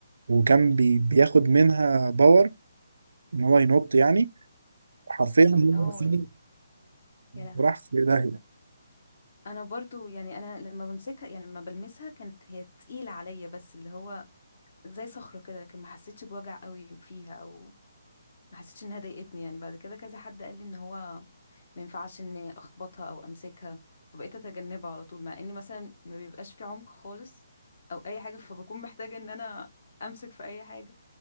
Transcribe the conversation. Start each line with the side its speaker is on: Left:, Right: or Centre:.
Right: وكان بي... بياخد منها باور ان هو ينط يعني حرفيا
Left: اه
Right: هو فين-
Left: يا لهوي
Right: وراح في داهية
Left: انا برضو يعني انا لما بمسكها يعني لما بلمسها كانت هي تقيلة عليا بس اللي هو زي صخرة كده لكن ما حسيتش بوجع قوي فيها او ما حسيتش انها ضايقتني يعني بعد كده كذا حد قال لي ان هو ما ينفعش اني اخبطها او امسكها فبقيت اتجنبها على طول مع ان مثلا ما بيبقاش في عمق خالص او اي حاجة فبكون محتاجة ان انا امسك في اي حاجة